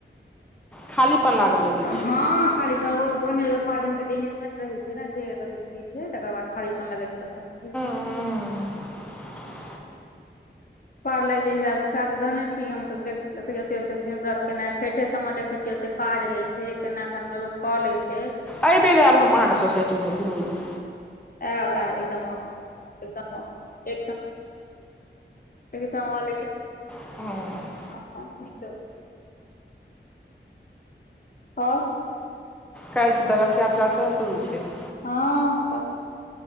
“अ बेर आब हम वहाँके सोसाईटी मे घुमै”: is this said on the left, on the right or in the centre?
Centre